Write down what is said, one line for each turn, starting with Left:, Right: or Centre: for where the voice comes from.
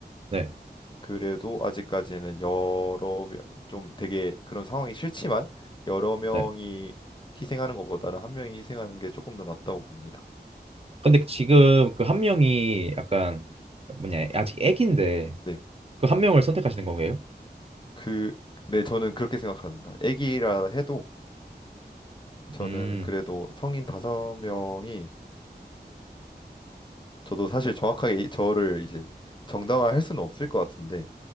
Right: 네.
Left: 그래도 아직까지는 여러 명, 좀 되게 그런 상황이 싫지만 여러 명이
Right: 네.
Left: 희생하는 것보다는 한 명이 희생하는 게 조금 더 낫다고 봅니다.
Right: 근데 지금 그 한 명이 약간 뭐냐 아직 애기인데
Left: 네,
Right: 그 한 명을 선택하시는 건가요?
Left: 그, 네, 저는 그렇게 생각합니다. 애기라 해도 저는
Right: 음,
Left: 그래도 성인 다섯 명이 저도 사실 정확하게 이- 저를 이제 정당화할 수는 없을 것 같은데